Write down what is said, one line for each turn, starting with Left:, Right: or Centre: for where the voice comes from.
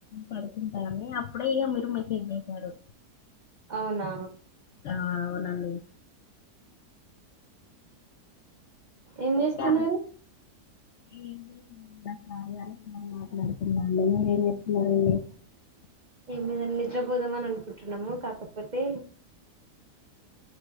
Left: పడుతుంటాను అప్పుడే ఇక మీరు మెసేజ్ చేశారు
Right: అవునా
Left: ఆ అవునండి
Right: ఏం చేస్తున్నారు
Left: ఒక్యాన్ ఏమి ఉమ్ బా నా యాలమ్ మాట్లాదు ఉన్నారే ఏజేప్తున్నారండి
Right: ఏ మీదన్నా నిద్రపోోదమని అనుకుంటున్నాము కాకపోతే